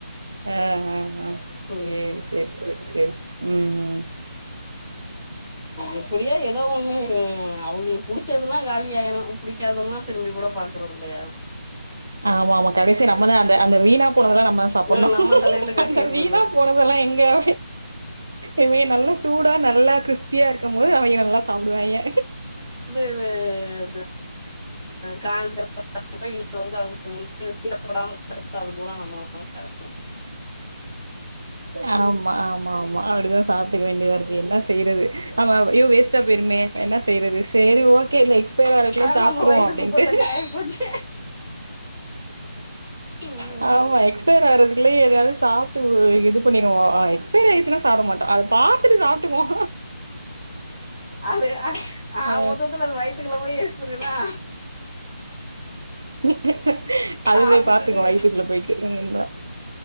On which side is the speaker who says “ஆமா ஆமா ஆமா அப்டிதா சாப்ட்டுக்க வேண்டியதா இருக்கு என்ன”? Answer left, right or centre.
Right